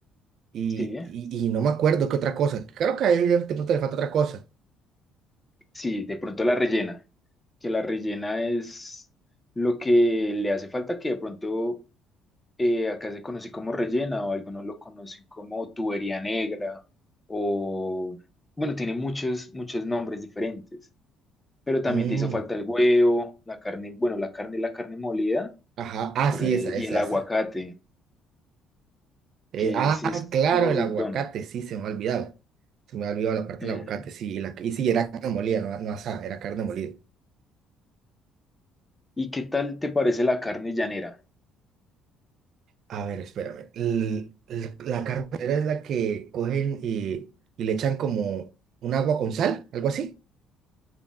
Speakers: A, on the right (about 60°); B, on the left (about 15°).
A: Y,
B: Sí,
A: y- y no me acuerdo qué otra cosa. claro que ahí de de pronto le falta otra cosa.
B: sí, de pronto la rellena, que la rellena es lo que le hace falta, que de pronto eh, acá se conoce como rellena o algunos lo conocen como tubería negra o, bueno, tiene muchos, muchos nombres diferentes, pero también
A: Mm,
B: te hizo falta el huevo, la carne, bueno, la carne, la carne molida
A: ajá, ah,
B: por,
A: sí,
B: eh,
A: esa,
B: y
A: esa,
B: el
A: esa.
B: aguacate.
A: Eh,
B: que
A: ah,
B: ese es
A: claro,
B: como
A: el
B: el
A: aguacate,
B: don.
A: sí, se me ha olvidado. Se me ha olvidado la parte
B: Ujú.
A: del aguacate, sí. Y, la, y sí, era carne molida, no, no asada, era carne molida.
B: ¿Y qué tal te parece la carne llanera?
A: A ver, espérame. L- l- la carne molida es la que cogen y, y le echan como un agua con sal, algo así.